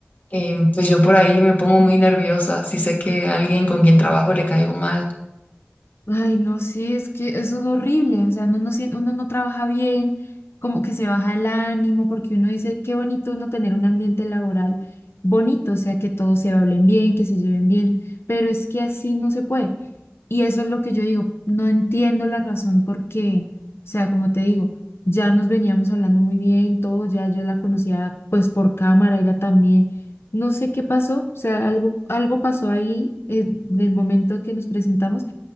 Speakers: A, on the left (about 45°); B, on the left (about 75°).
A: em, pues yo por ahí me pongo muy nerviosa si sé que a alguien con quien trabajo le caigo mal.
B: Ay, no, sí, es que eso es horrible, o sea, uno no, sien- uno no trabaja bien, como que se baja el ánimo, porque uno dice, qué bonito uno tener un ambiente laboral bonito, o sea, que todos se hablen bien, que se lleven bien, pero es que así no se puede. Y eso es lo que yo digo, no entiendo la razón por qué, o sea, como te digo, ya nos veníamos hablando muy bien, todo, ya yo la conocía pues por cámara, ella también, no sé qué pasó, o sea, algo, algo pasó ahí eh, del momento que nos presentamos